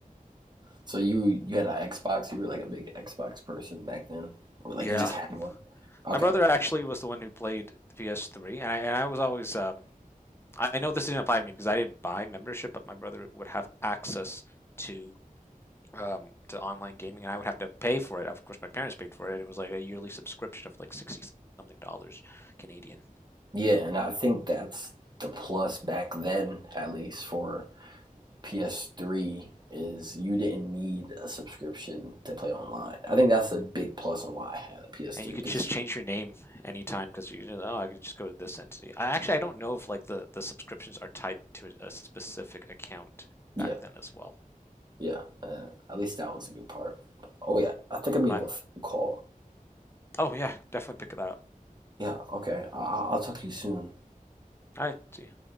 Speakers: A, on the right; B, on the left.
A: So you you had an Xbox, you were like a big Xbox person back then, or like
B: Yeah,
A: you just Yeah. had one. Okay.
B: my brother actually was the one who played the PS3, and I and I was always um I know this didn't apply to me because I didn't buy membership, but my brother would have access to um, to online gaming, and I would have to pay for it. Of course, my parents paid for it. It was like a yearly subscription of like sixty something dollars Canadian,
A: Yeah, and I think that's the plus back then, at least for PS3, is you didn't need a subscription to play online. I think that's a big plus on why I had a PS3,
B: and you could
A: because
B: just change your name anytime because you know, oh, I could just go to this entity. I actually I don't know if like the the subscriptions are tied to a specific account
A: yeah,
B: back then as well.
A: yeah, uh, at least that was a good part. Oh yeah, I think I'm getting
B: My,
A: a phone call.
B: oh yeah, definitely pick that up.
A: Yeah, okay. I- I'll talk to you soon.
B: All right, see. you.